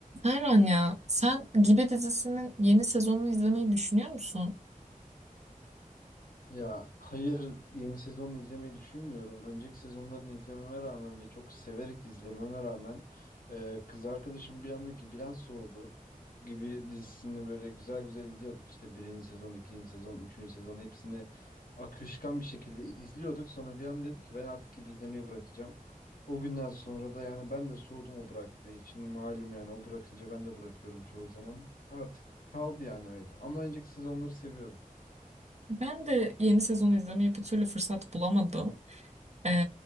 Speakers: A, on the right (about 50°); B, on the left (about 80°).
A: Erhan ya sen Gibi dizisinin yeni sezonunu izlemeyi düşünüyor musun?
B: Ya hayır yeni sezonu izlemeyi düşünmüyorum. Önceki sezonlarını izlememe rağmen ve çok severek izlememe rağmen e, kız arkadaşım bir anda Gibi'den soğudu. Gibi dizisini böyle güzel güzel izliyorduk. işte birinci sezon, ikinci sezon, üçüncü sezon hepsini akışkan bir şekilde izliyorduk. Sonra bir an dedi ki ben artık Gibi izlemeyi bırakacağım. O günden sonra da yani ben de soğudum o bıraktığı için. Malum yani o bırakınca ben de bırakıyorum çoğu zaman. Artık kaldı yani öyle. Ama önceki sezonları seviyorum.
A: Ben de yeni sezonu izlemeye bir türlü fırsat bulamadım. Ee,